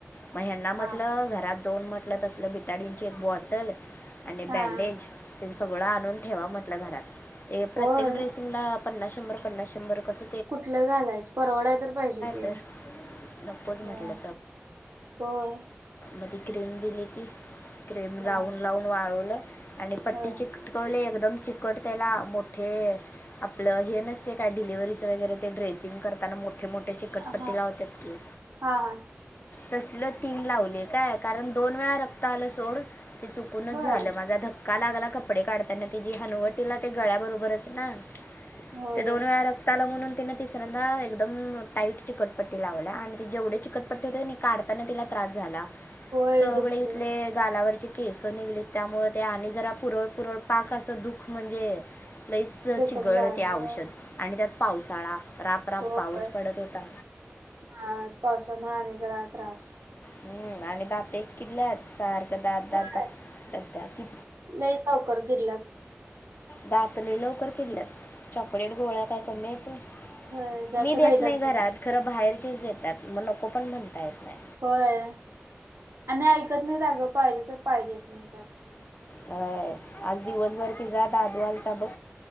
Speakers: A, on the left (about 45°); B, on the right (about 75°).
A: म ह्यांना
B: हा
A: म्हटलं
B: हा
A: घरात दोन म्हटलं तसलं बिताडींची एक बॉटल आणि
B: हा
A: बँडेज ते सगळं आणून ठेवा म्हटलं घरात ये प्रत्येक
B: होय
A: ड्रेसिंगला पन्नास शंभर पन्नास शंभर कस
B: कुठलं घालायचं परवडाय तर पाहिजे कि
A: तर नकोच म्हटलं
B: हो. होय.
A: मध क्रीम दिली ती क्रीम
B: होय
A: लावून लावून वाळवलं आणि पट्टी
B: होय
A: ची टकवले एकदम चिकट त्याला मोठे आपलं हे नसते काय डिलिव्हरीच वगैरे ते ड्रेसिंग करताना मोठ मोठे मोठे चिकटपट्टी
B: हा
A: लावतात के
B: हा हा
A: तसल तीन लाव कायण दोन वे रक्त आ सोड चुकूनच
B: होय
A: झाल
B: होय
A: माझा ध का लागला कपडे काढताना. ति हनुवटीला ते गळ्या बरोबरच ना
B: होय
A: ते दोन वेळा रक्ता आला म्हणून तिने तिसऱ्यांदा एकदम टाईट चिकटपट्टी लावल्या आणि त जेवढे चिकटपट्टी होते काढताना तिला त्रास झाला.
B: होय
A: सगळे
B: दुखतय
A: इथले गालावरची केस निघलीत त्यामुळे ते आणि जरा पुरळ पुरळ पाक असं दुःख म्हणजे लईच
B: जखम
A: चिघळ
B: झाल्या
A: होते औषध आणि त्यात पावसाळा रापराप
B: होय
A: पाऊस पडत होता.
B: हा पावसामुळे आणि जरा त्रास
A: हम्म आणि दाते किडल्या आहेत सारख्या दात दात
B: होय
A: करत ती
B: लईच लवकर किडलात.
A: दात लई लवकर फिरल्यात चॉकलेट गोळ्या काय कमी आहे व्हय.
B: होय जास्त
A: मी देत
B: खाईत
A: नाही
B: असतात
A: घरात,
B: ते
A: खरं बाहेरचेच देतात मग नको पण म्हणता येत नाही.
B: होय आणि ऐकत नाही आगं पाहिजे तर पाहिजेच म्हणतात.
A: हं आज दिवसभर तिझा दादू आलता बघ